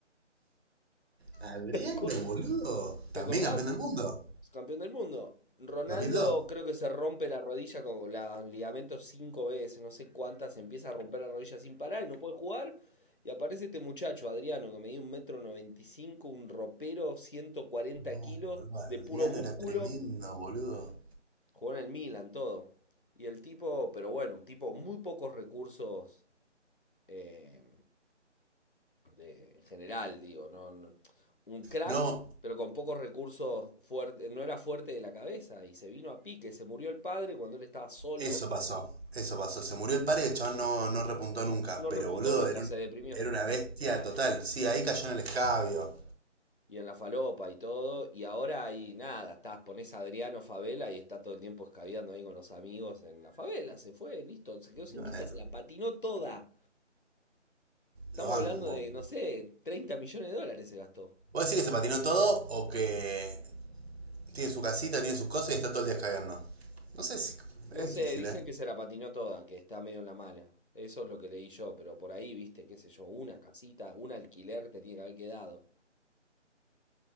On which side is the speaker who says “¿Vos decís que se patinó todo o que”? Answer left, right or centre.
Right